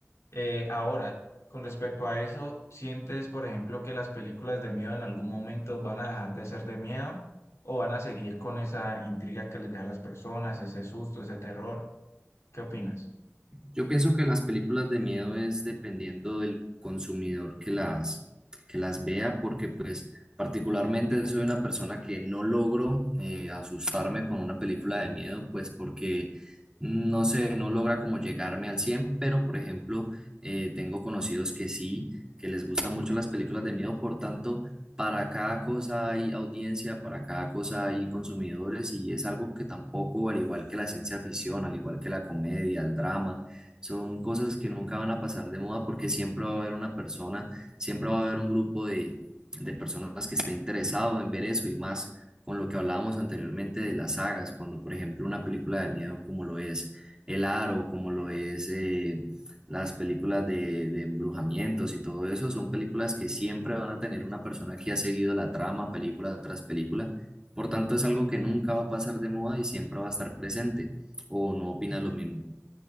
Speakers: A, on the left; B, on the right.
A: Eh, ahora, con respecto a eso, ¿sientes, por ejemplo, que las películas de miedo en algún momento van a dejar de ser de miedo o van a seguir con esa intriga que les deja a las personas, ese susto, ese terror? ¿Qué opinas?
B: Yo pienso que las películas de miedo es dependiendo del consumidor que las, que las vea, porque pues particularmente soy una persona que no logro eh, asustarme con una película de miedo, pues porque no sé, no logra como llegarme al cien pero por ejemplo eh, tengo conocidos que sí, que les gustan mucho las películas de miedo, por tanto, para cada cosa hay audiencia, para cada cosa hay consumidores y es algo que tampoco, al igual que la ciencia ficción, al igual que la comedia, el drama, son cosas que nunca van a pasar de moda porque siempre va a haber una persona, siempre va a haber un grupo de, de personas que esté interesado en ver eso y más con lo que hablábamos anteriormente de las sagas, cuando por ejemplo una película de miedo como lo es El Aro, como lo es eh, las películas de, de embrujamientos y todo eso, son películas que siempre van a tener una persona que ha seguido la trama película tras película, por tanto es algo que nunca va a pasar de moda y siempre va a estar presente, o no opinas lo mismo.